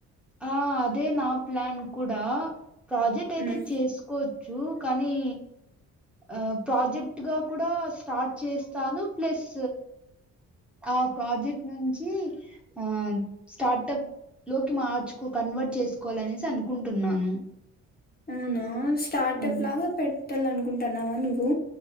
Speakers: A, in the centre; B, on the left.
A: ఆ అదే నా ప్లాన్ కూడా ప్రాజెక్ట్ అయితే
B: హ్మ్.
A: చేసుకో చ్చు, కానీ ఆ ప్రాజెక్ట్ గా కూడా స్టార్ట్ చేస్తాను ప్లస్ ఆ ప్రాజెక్ట్ నుంచి ఆ స్టార్ట్ప్ లోకి మార్చుకో కన్వర్ట్ చేసుకోవాలనేసి అనుకుంటున్నాను
B: అవునా స్టార్టప్
A: ఉమ్.
B: లాగా పెట్టాలనుకుంటున్నావా నువ్వు